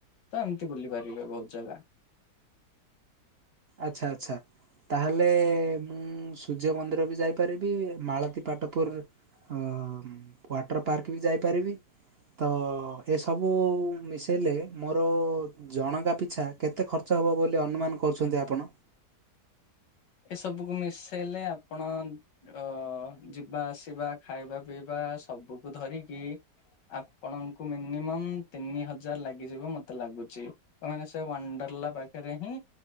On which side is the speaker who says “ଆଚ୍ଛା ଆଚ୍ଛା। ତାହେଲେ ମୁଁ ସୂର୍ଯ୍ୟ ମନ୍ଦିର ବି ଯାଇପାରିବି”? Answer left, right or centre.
Right